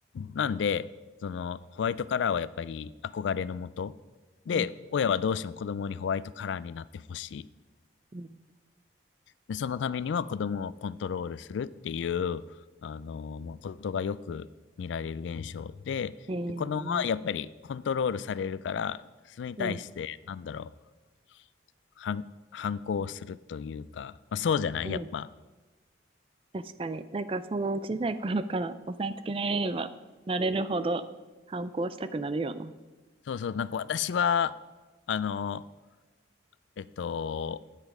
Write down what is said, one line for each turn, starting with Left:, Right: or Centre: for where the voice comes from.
Left: なんで、その、ホワイトカラーはやっぱり憧れのもと。で、
Right: うんうん
Left: 親はどうしても子供にホワイトカラーになってほしい。
Right: うん。
Left: で、そのためには子供をコントロールするっていう、あの、まあことがよく見られる現象で、
Right: ええ
Left: で、子供はやっぱりコントロールされるから、それに対して、
Right: うん
Left: なんだろう、反、反抗するというか、まあ、そうじゃないやっぱ。
Right: うん。確かに。なんかその小さい頃から押さえつけられればなれるほど反抗したくなるような。
Left: そうそう、なんか私は、あの、えっと、